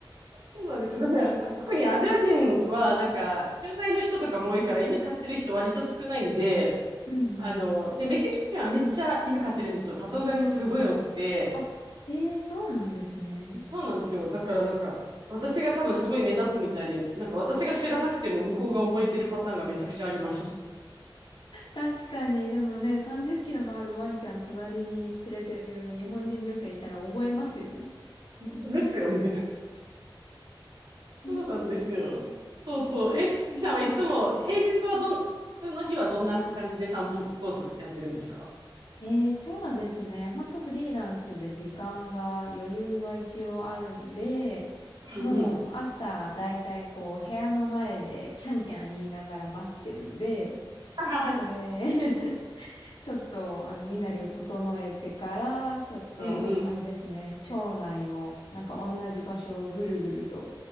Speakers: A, on the right (about 55°); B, on the left (about 65°).
A: そうなんですよ。だから、あ特にアジア人は、なんか、駐在の人とかも多いから、犬飼ってる人割と少ないんで、
B: うんうん。
A: あの、で、メキシコ人はめっちゃ犬飼ってるんですよ。多頭飼いもすごい多くて、
B: あ、ええそうなんですね。
A: そうなんですよ。だからなんか、私が多分すごい目立つみたいで、なんか私が知らなくても向こうが覚えてるパターンがめちゃくちゃあります。<laughs>
B: 確かに、でもね、30キロもあるワンちゃん隣に連れてる日本人女性いたら覚えますよね。
A: 本当ですよね。そうなんですよ。
B: ええ
A: そうそう。
B: そうなん
A: え、ちきさんはいつも、平日はどん、普通の日はどんな感じで散歩コースやってるんですか
B: えー、そうですね。ほんとフリーランスで時間が余裕は一応あるんで、
A: うんうん。
B: もう朝だいたいこう部屋の前でキャンキャン言いながら待ってるんで、
A: <laughs>
B: それ <laughs> ちょっとあの身なりを整えてから、ちょっとあれですね、
A: うんうん。
B: 町内をなんか同じ場所をぐるぐると